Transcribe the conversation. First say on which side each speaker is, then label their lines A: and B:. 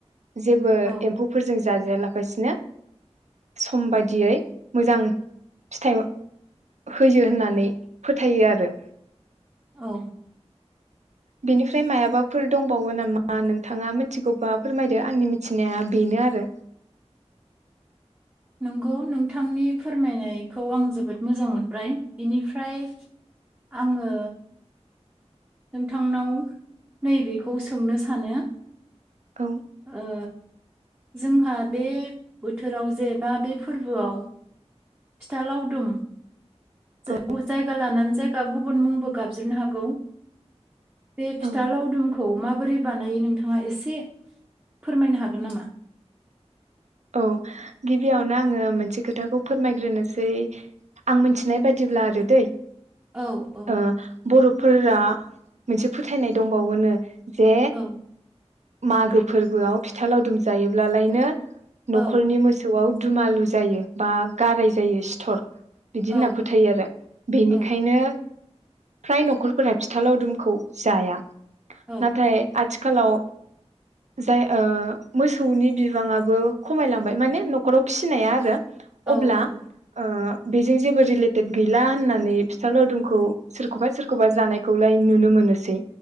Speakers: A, on the right; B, on the right.
A: जेबो
B: औ
A: एम्फौफोरजों जाजाया लाफासिनो सम बायदियै मोजां फिथाइ होयो होननानै फोथायो आरो
B: औ
A: बेनिफ्राय मायाबाफोर दंबावो नामा नोंथाङा मिथिगौबा फोरमायदो आंनि मिथिनाया बेनो आरो
B: नंगौ नोंथांनि फोरमायनायखौ आं जोबोद मोजां मोनबाय बेनिफ्राय आङो नोंथांनाव नैबेखौ सोंनो सानो
A: औ
B: <inaudible> ओ जोंहा बे बोथोराव जे बा बे फोरबोआव फिथा लावदुम जे
A: औ
B: ग जायगा लानानै जा जायगा गुबुन मुंबो गाबज्रिनो हागौ बे फिथा
A: औ
B: लावदुमखौ माबोरै बानायो नोंथाङा एसे फोरमायनो हागोन नामा?
A: औ गिबियावनो आङो मोनसे खोथाखौ फोरमायग्रोनोसै आं मिथिनाय बादिब्ला आरो दै <inaudible>
B: औ औ
A: ओ बर फोरा मोनसे फोथायनाय दंबावोनो जे
B: औ
A: मागो फोरबोआव फिथा लावदुम जायोब्लालायनो
B: औ
A: नखरनि मोसौआव दुमालु जायो बा गाराय जायो सिथर बिदि
B: औ
A: होनना फोथायो आरो बेनिखायनो
B: औ
A: फ्राय नखरफोरा फिथा लावदुमखौ जाया।
B: औ
A: नाथाय आथ थिखालाव जाय ओ मोसौनि बिबाङाबो खमायलांबाय माने नखराव फिसिनाया आरो
B: औ
A: अब्ला
B: औ
A: ओ बेजों जेबो रिलेटेद गैला होननानै फिथा लावदुमखौ सोरखौबा सोरखौबा जानायखौलाय नुनो मोनोसै